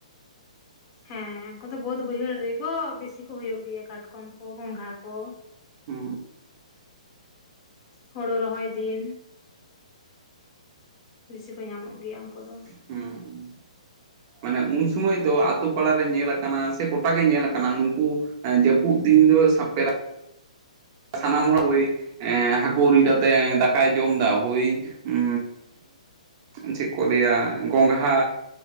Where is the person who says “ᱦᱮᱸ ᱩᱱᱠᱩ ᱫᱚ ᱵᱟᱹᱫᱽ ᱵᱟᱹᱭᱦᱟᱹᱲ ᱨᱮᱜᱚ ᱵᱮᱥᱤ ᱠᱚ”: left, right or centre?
Left